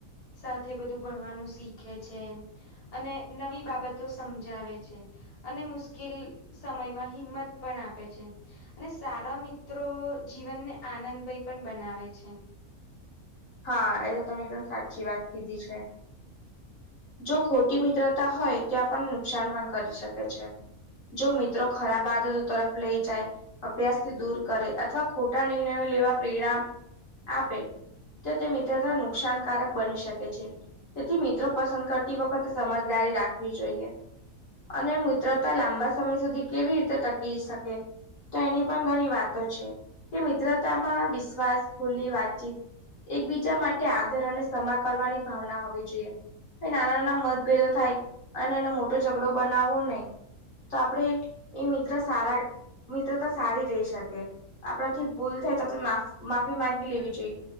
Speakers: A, on the left; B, on the left.
A: સાથે બધું ભણવાનું શીખે છે. અને નવી બાબતો સમજાવે છે. અને મુશ્કેલ સમયમાં હિંમત પણ આપે છે. અને સારા મિત્રો જીવનને, આનંદભય પણ બનાવે છે.
B: હા એ તો તમે એકદમ સાચી વાત કીધી છે. જો ખોટી મિત્રતા હોય તે આપણને નુકસાન પણ કરી શકે છે. જો મિત્રો ખરાબ આદતો તરફ લઈ જાય અભ્યાસથી દૂર કરે અથવા ખોટા નિર્ણયો લેવા પ્રેઆ આપે તો તે મિત્રતા નુકસાનકારક બની શકે છે તેથી મિત્રો પસંદ કરતી વખતે સમજદારી રાખવી જોઈએ. અને મિત્રતા લાંબા સમય સુધી કેવી રીતે ટકી શકે. તો એની પણ ઘણી વાતો છે કે મિત્રતામાં વિશ્વાસ ખુલ્લી વાતચીત એકબીજા માટે આદર અને સમા કરવાની ભાવના હોવી જોઈએ. તે નાના નાના મતભેદો થાય અને એનો મોટો ઝઘડો બનાવવો નહીં. તો આપણડે એ મિત્ર સારા મિત્રતા સારી રહી શકે આપણાથી ભૂલ થાય તો આપ માફ માફી માંગી લેવી જોઈએ.